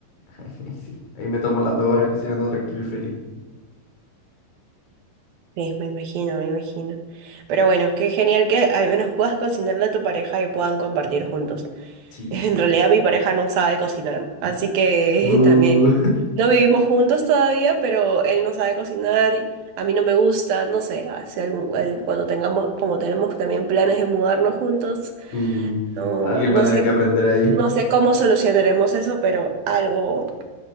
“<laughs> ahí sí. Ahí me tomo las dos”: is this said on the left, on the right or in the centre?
Left